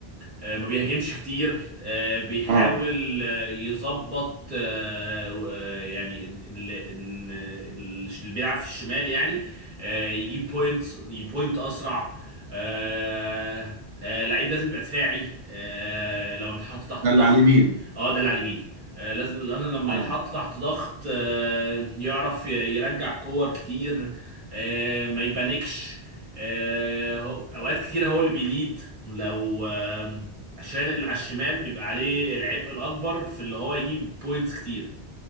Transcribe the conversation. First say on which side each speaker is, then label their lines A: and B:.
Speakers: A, on the right (about 50°); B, on the right (about 75°).
A: آه، ما بيهاجمش كتير آه، بيحاول
B: اه
A: آه، يظبط آه، و- آه، يعني ال- ال- إن- ال- اللي بيلعب في الشمال يعني آه، يجيب بوينت يبوينت اسرع آه، آه، لعيب لازم يبقى دفاعي آه، لما بيتحط تحت
B: ده اللي
A: ضغط
B: على اليمين
A: اه ده اللي على اليمين آه، لازم لازم لما
B: اه
A: يتحط تحت ضغط آه، يعرف ي- يرجع كور كتير آه، ما يبانكش آه، هو- اوقات كتير هو اللي بيليد لو آه، عشان اللي على الشمال بيبقى عليه العبء الاكبر في اللي هو يجيب بوينتس كتير